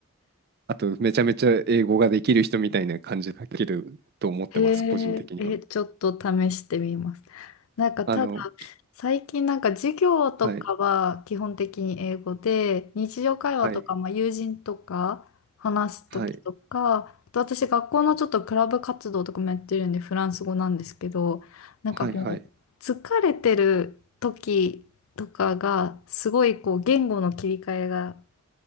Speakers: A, on the right; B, on the left.
A: あと、めちゃめちゃ英語ができる人みたいな感じができると思ってます、
B: へえ、
A: 個人的には。
B: え、ちょっと試してみます。なんかただ、
A: あの、
B: 最近なんか授業とかは基本的に英語で、
A: はい、
B: 日常会話とか、
A: はい、
B: まあ、友人とか話す時とか、
A: はい、
B: あと私学校のちょっとクラブ活動とかもやってるんでフランス語なんですけど、なんかもう疲れてる時とかがすごいこう言語の切り替えが
A: はい、はい。